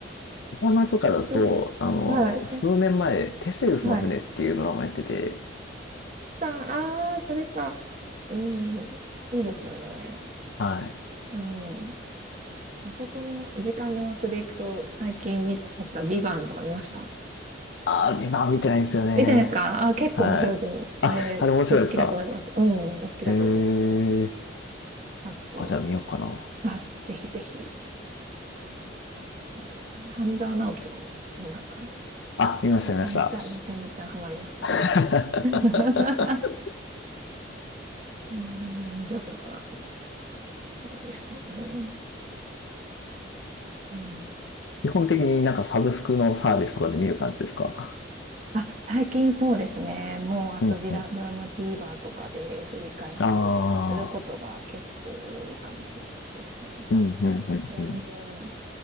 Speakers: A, on the left; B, on the right.
A: ラマとかだと、
B: ううん
A: あの、
B: はい。
A: 数年前、
B: はい。
A: テセウスの船っていうドラマやってて、
B: はいさあ、あー、それか。うん。いいですよね。
A: はい。
B: うん。あそこの時間の枠でいくと、最近見ちゃったビバンとか見ました
A: ああ、今は見てないんですよね。
B: 見てないですかあー、結構面白いと思う。
A: はい。あ、
B: あれ、
A: あれ面白いですか
B: お好きだと思います。うん、お好きだと思います、
A: へえ
B: 多分。あと、
A: あ、じゃあ見ようかな。
B: あ、ぜひぜひ。そうですね。半沢直樹とかも見ました。
A: あ、見ました、
B: めちゃめちゃ、
A: 見ました。
B: めちゃめちゃハマりました、
A: <laughs>
B: 当時。<laughs> それは面白かったな。そうですね。うん、
A: 基本的になんかサブスクのサービスとかで見る感じですか
B: あ、最近そうですね。もう、あとディラ、
A: うん、うん。
B: ドラマ TVer とかで振り返ったりとかすることが結構多いかもしれないですね。
A: ああ、うん、うん、うん、
B: うん、
A: うん。
B: そ